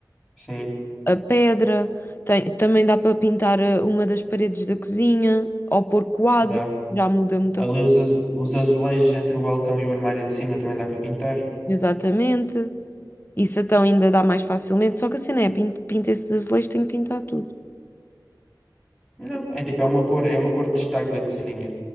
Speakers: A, in the centre; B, on the left (about 30°).
A: sim,
B: a pedra, tem- também dá para pintar eh, uma das paredes da cozinha, ou pôr quadro,
A: dá.
B: já muda muita
A: Ali
B: coisa,
A: os, azu- os azulejos entre o balcão e o armário de cima também dá para pintar.
B: exatamente. Isso então ainda dá mais facilmente, só que a cena é, pinta esses azulejos, tenho que pintar tudo.
A: Não, é tipo, é uma cor, é uma cor de destaque da cozinha.